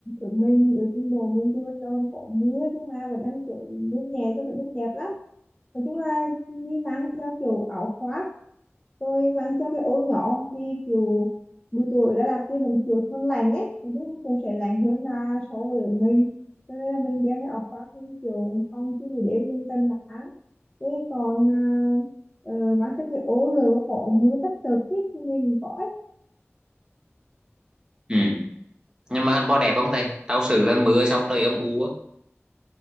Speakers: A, on the left; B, on the right.
A: ở mình ở trung bộ mình thì bắt đầu có mưa nhưng mà vẫn đang kiểu mưa nhẹ cho vẫn đang đẹp lắm nói chung là mi mang theo kiểu áo khoác tôi mang theo cái ô nhỏ vì kiểu buổi tối ở Đà Lạt thì vẫn kiểu thường lạnh ấy nói chung cũng sẽ lạnh hơn là so với ở mình cho nên là mình đeo cái áo khoác thì kiểu không chứ buổi đêm mình cần nắng thế còn à, ờ, mang theo cái ô lửa mà có mưa bất chợt ý, thì mình có
B: ừ. nhưng mà hắn có đẹp không thầy tao sợ là mưa xong trời âm u á